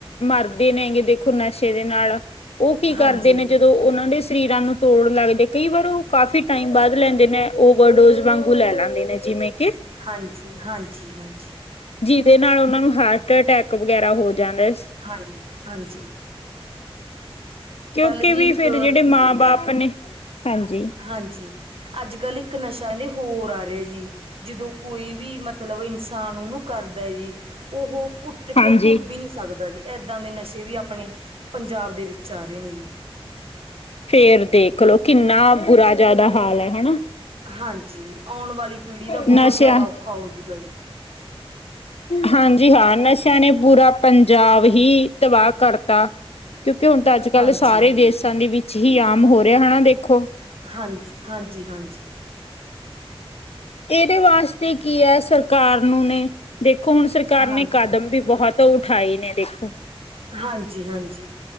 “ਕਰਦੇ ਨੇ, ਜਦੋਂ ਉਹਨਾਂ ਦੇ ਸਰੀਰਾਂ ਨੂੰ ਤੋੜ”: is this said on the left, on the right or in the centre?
Left